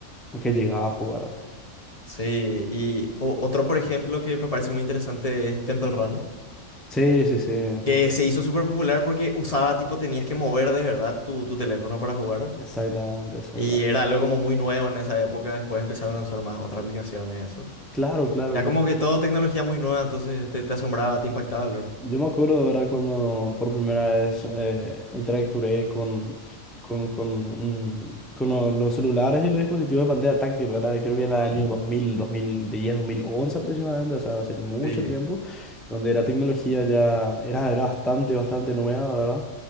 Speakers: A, in the centre; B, on the left.
A: que llegaba a jugar.
B: Sí, y o- otro, por ejemplo, que me parece muy interesante es Temple Run,
A: Sí, sí, sí, exacta-
B: que se hizo súper popular porque usaba, tipo, tenías que mover de verdad tu, tu teléfono para jugar.
A: exactamente, exactamente.
B: Y era algo como muy nuevo en esa época, después empezaron a usar más otras aplicaciones, eso.
A: Claro, claro.
B: Era como que todo tecnología muy nueva, entonces te, te asombraba, te impactaba, ¿verdad?
A: Yo me acuerdo ahora cuando por primera vez eh, interactué con, con, con, un- con lo- los celulares y los dispositivos de pantalla táctil, ¿verdad? Creo que era el
B: Mm.
A: año dos dos mil, dos mil diez, dos mil once aproximadamente, o sea, hace mucho
B: Sí.
A: tiempo, donde la tecnología ya era, era bastante, bastante nueva, ¿verdad?